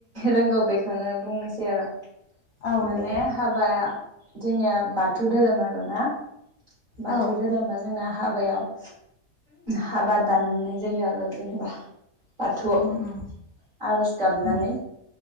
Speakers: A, on the right (about 35°); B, on the left (about 65°).
A: रोंगौ बेखौनो बुंनोसै आरो
B: औ
A: माने
B: दे
A: हाबाया जोंनिया बाथौ धोरोम आर ना बाथौ
B: औ
A: धोरोम बा जोंना हाबायाव हाबा दाननाय जायो आरो जेनेबा बाथौआव
B: उम उम
A: आर'ज गाबनानै
B: उम